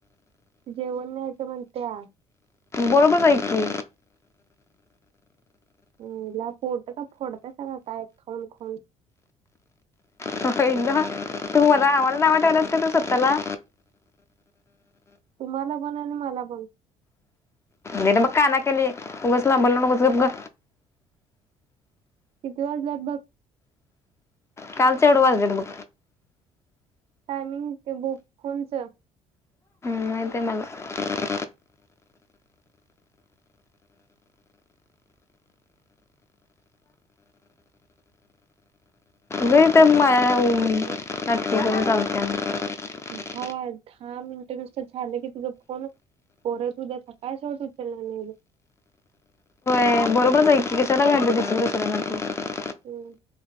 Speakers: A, on the right (about 50°); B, on the left (about 20°).
A: जेवण न्यायचं म्हनत्यात.
B: बरोबर आहे की.
A: आयला पोट का फोडतय का काय? खाऊन खाऊन.
B: तू मला <inaudible> जा आवडल वाटायस का तु स्वतःला
A: तुम्हाला ण आणि मला पण
B: देतो मग काना खाली उगाच लांबडं लाऊ नकोस गप ग.
A: किती वाजल्यात भग.
B: कालचवढं वाजलं बघ.
A: टायमिंग ते बु कोणचं.
B: सय ते मलाला. वे. ते नाटकी
A: नऊ चौतीस
B: करून चालत्या <inaudible>
A: हवा दहा मिनिटं नुसत झालं की तुझ फोन परत उद्या सकाळसत उचलला नाही बग. <unintelligible>
B: बरोबर आहेच की कश्या ला व्हॅल्यू देतीस दुसऱ्या ला तू.
A: हम्म.